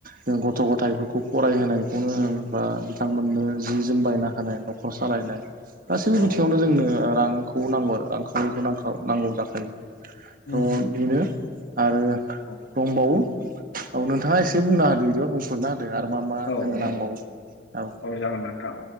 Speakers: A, on the right (about 45°); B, on the left (about 85°).
A: जों गथ' गथायाइफोरखौ फरायहोनायखौनो होन बा बिथांमोननो जि जोम बायना होनायखौ न'खर सालायनाय गासैबो
B: औ
A: बिथिङावनो जोंनो रांखौ नांगौ आरो रांखावरिखौ नांखागौ नांगौ जाखायो थ'
B: उम उम
A: बेनो आरो
B: औ
A: दंबावो औ नोंथाङा एसे बुंना होना बिदिबा बुं खुरना होदो आरो मा मा
B: औ
A: जोङो नांबावो
B: औ
A: औ
B: जागोन नोंथां